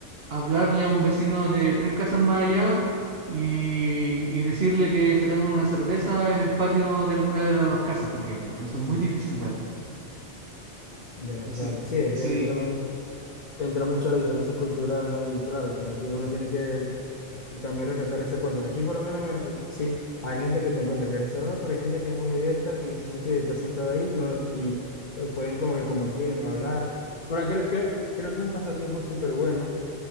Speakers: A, on the right; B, on the left.
A: hablarle a un vecino de tres casas más allá y, y decirle que se tomen una cerveza en el patio de alguna de las dos casas, por ejemplo. Eso
B: Ujú.
A: es muy difícil ver.
B: Ya,
A: Así,
B: claro. Sí, es
A: sí,
B: que también entra mucho la diferencia cultural, ¿no? Y claro, que aquí uno tiene que También respetar esas cosas. Aquí por lo menos me- sí, hay gente que te encuentra que es reservada, pero hay gente que es muy abierta en ese sentido y está sentada ahí no, y eh, pueden como que compartir, hablar. Pero creo, creo, creo que es un pasatiempo súper bueno